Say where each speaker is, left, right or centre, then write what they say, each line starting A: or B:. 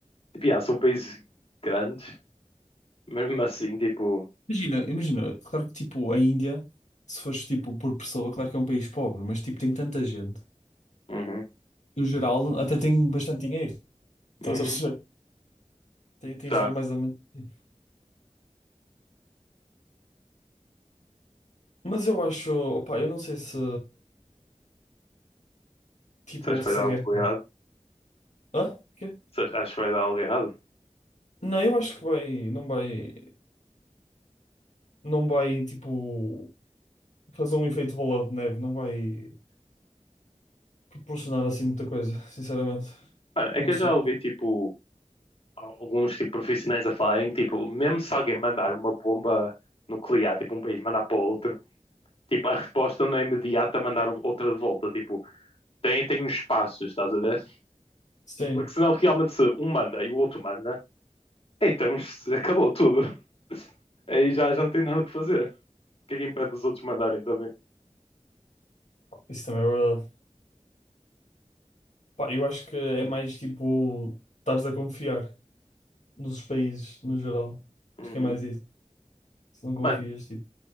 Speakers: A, on the left (about 50°); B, on the left (about 75°).
A: Tipo, yeah, são países grandes, mas mesmo assim, tipo...
B: Imagina, imagina, claro que tipo a Índia, se fores tipo por pessoa, claro que é um país pobre, mas tipo tem tanta gente.
A: Uhum.
B: No geral, até tem bastante dinheiro. Estás
A: Uhum.
B: a perceber? Tem- Tens
A: Tá.
B: de ver mais ou menos. assim. Mas eu acho, opá, eu não sei se, tipo,
A: Você acha que
B: se
A: vai dar
B: a
A: algo
B: guerra.
A: errado?
B: Hã? Quê?
A: Você acha que vai dar algo errado?
B: Não, eu acho que vai, não vai, não vai, tipo, fazer um efeito bola de neve, não vai proporcionar assim muita coisa, sinceramente.
A: Mano, é
B: Não
A: que eu
B: sei.
A: já ouvi, tipo, alguns tipo profissionais a falarem que tipo, mesmo se alguém mandar uma bomba nuclear, tipo um país mandar para outro, tipo a resposta não é imediata a mandar outra de volta, tipo, tem tem uns espaços, estás a ver?
B: Sim,
A: Porque senão realmente se um manda e o outro manda, aí estamos, acabou tudo. <laughs> Aí já, já não tem nada que fazer. O que é que impede os outros mandarem também?
B: isso também é verdade. Pá, eu acho que é mais tipo, estares a confiar. nos países no geral.
A: Uhum.
B: Acho que é mais isso. Se não confias,
A: Mano,
B: tipo.